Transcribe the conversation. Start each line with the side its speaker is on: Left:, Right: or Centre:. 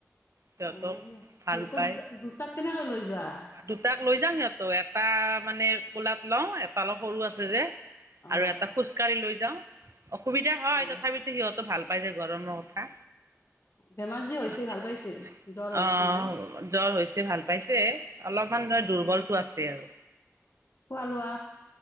Right: সিহঁতক
Left: অ সি
Right: ভাল
Left: সিহঁতৰ
Right: পাই
Left: দুটা দুটাক কেনেকৈ লৈ যোৱা
Right: দুটাক লৈ যাম সিহঁতক এটা মানে কোলাত লওঁ, এটা অলপ সৰু আছে যে।
Left: অ
Right: আৰু এটা খোজকাঢ়ি লৈ যাওঁ। অসুবিধা হ
Left: অ
Right: তথাপিতো সিহঁতো ভাল পাই যে ঘৰমৰ কথা।
Left: বেমাৰ যে হৈছে
Right: অহ,
Left: ভাল পাইছে জ্বৰ হৈছে যে
Right: জ্বৰ হৈছে ভাল পাইছে, অলপমান ধৰ দুৰ্বলটো
Left: অ অ
Right: আছে আৰু।
Left: খোৱা লোৱা?